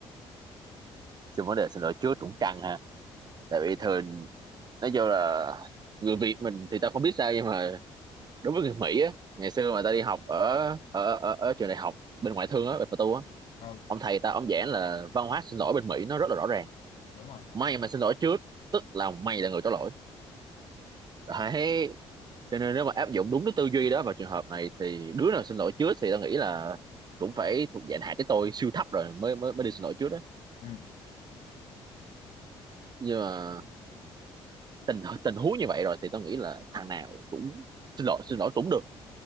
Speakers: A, on the right; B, on the left.
A: Chứ vấn đề xin lỗi trước cũng căng ha tại vì thường nói vô là người Việt mình thì tao không biết sao nhưng mà đối với người Mỹ á ngày xưa mà tao đi học ở ở ở, ở trường đại học bên ngoại thương á bên Phật tu á
B: ừ
A: ông thầy tao ông giảng là văn hóa xin lỗi bên Mỹ nó rất là rõ ràng
B: đúng rồi
A: mày mà xin lỗi trước tức là mày là người có lỗi đấy cho nên nếu mà áp dụng đúng cái tư duy đó vào trường hợp này thì đứa nào xin lỗi trước thì tao nghĩ là cũng phải thuộc dạng hạ cái tôi siêu thấp rồi mới mới mới đi xin lỗi trước đó
B: ừ
A: nhưng mà tình tình huống như vậy rồi thì tao nghĩ là thằng nào cũng xin lỗi xin lỗi cũng được